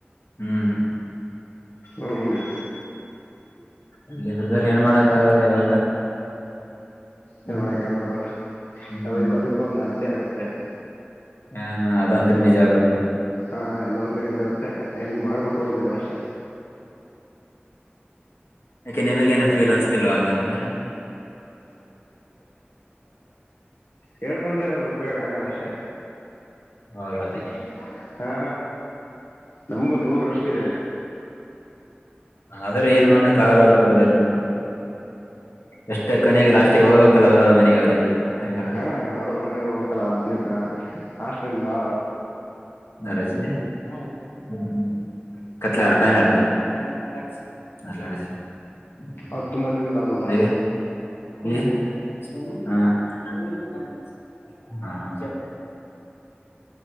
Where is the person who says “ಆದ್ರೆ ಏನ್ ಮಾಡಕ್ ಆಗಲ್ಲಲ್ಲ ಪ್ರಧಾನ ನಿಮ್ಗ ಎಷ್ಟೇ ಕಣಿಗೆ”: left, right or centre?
Left